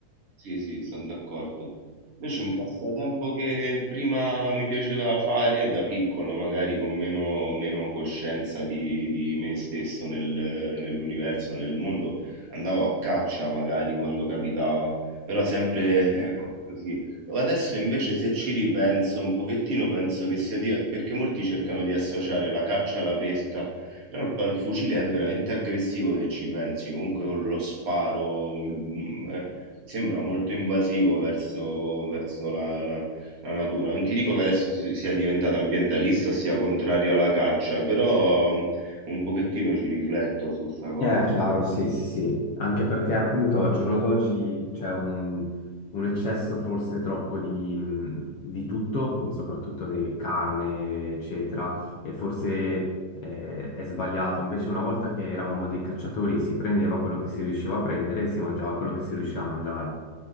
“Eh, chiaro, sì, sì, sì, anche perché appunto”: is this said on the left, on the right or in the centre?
Left